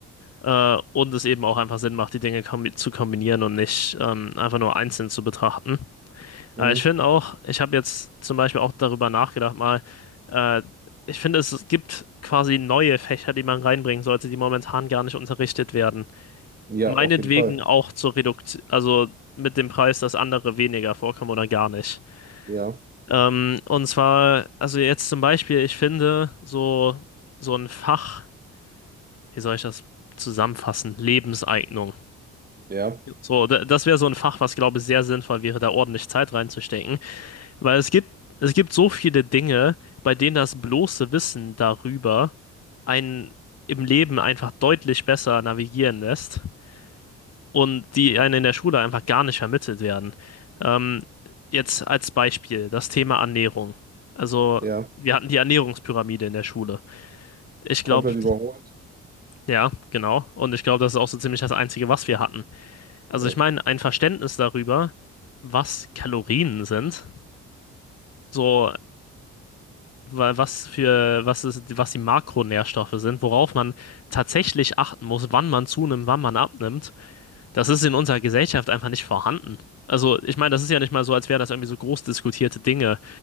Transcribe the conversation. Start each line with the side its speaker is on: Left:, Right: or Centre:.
Left: äh, und es eben auch einfach Sinn macht, die Dinge kombi zu kombinieren und nicht ähm, einfach nur einzeln zu betrachten.
Right: mhm.
Left: Aber ich finde auch, ich habe jetzt zum Beispiel auch darüber nachgedacht, mal, äh, ich finde, es gibt quasi neue Fächer, die man reinbringen sollte, die momentan gar nicht unterrichtet werden.
Right: Ja,
Left: Meinetwegen
Right: auf jeden Fall.
Left: auch zur Reduktion, also mit dem Preis, dass andere weniger vorkommen oder gar nicht.
Right: Ja,
Left: Ähm, und zwar, also jetzt zum Beispiel, ich finde, so, so ein Fach, wie soll ich das zusammenfassen? Lebenseignung.
Right: ja,
Left: So, d- das wäre so ein Fach, was, glaube ich, sehr sinnvoll wäre, da ordentlich Zeit reinzustecken. Weil es gibt, es gibt so viele Dinge, bei denen das bloße Wissen darüber einen im Leben einfach deutlich besser navigieren lässt und die einem in der Schule einfach gar nicht vermittelt werden. Ähm, jetzt als Beispiel das Thema Ernährung. Also
Right: ja.
Left: wir hatten die Ernährungspyramide in der Schule. Ich
Right: Komplett
Left: glaube,
Right: überholt.
Left: ja, genau. Und ich glaube, das ist auch so ziemlich das Einzige, was wir hatten. Also
Right: Ja,
Left: ich meine, ein Verständnis darüber, was Kalorien sind. So, wa- was für, was ist, was die Makronährstoffe sind, worauf man tatsächlich achten muss, wann man zunimmt, wann man abnimmt, das ist in unserer Gesellschaft einfach nicht vorhanden. Also, ich meine, das ist ja nicht mal so, als wären das irgendwie so groß diskutierte Dinge.